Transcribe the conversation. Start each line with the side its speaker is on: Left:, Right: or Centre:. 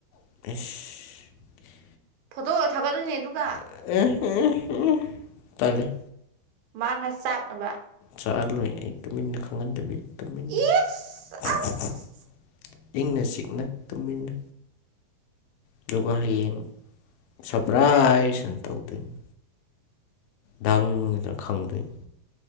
Left: ꯑꯩꯁ꯫
Right: ꯐꯣꯇꯣꯒ ꯊꯥꯒꯠꯂꯨꯅꯦ ꯑꯗꯨꯒꯥ꯫
Left: <unintelligible> ꯇꯜꯂꯤ꯫
Right: ꯃꯥꯥ ꯈꯔ ꯆꯥꯛꯅꯕ꯫
Left: ꯆꯥꯍꯜꯂꯣꯏ ꯑꯩ ꯇꯨꯃꯤꯟꯅ ꯈꯪꯍꯟꯗꯕꯤ ꯇꯨꯃꯤꯟꯅ꯫
Right: ꯏꯁ
Left: <unintelligible>
Right: ꯑꯁ
Left: ꯏꯪꯅ ꯆꯤꯛꯅ ꯇꯨꯃꯤꯟꯅ꯫ ꯑꯗꯨꯒ ꯍꯌꯦꯡ ꯁꯄ꯭ꯔꯥꯏ ꯑꯅ ꯇꯧꯗꯣꯏꯅꯤ꯫ ꯗꯪꯅ ꯈꯪꯗꫭꯏꯅꯤ꯫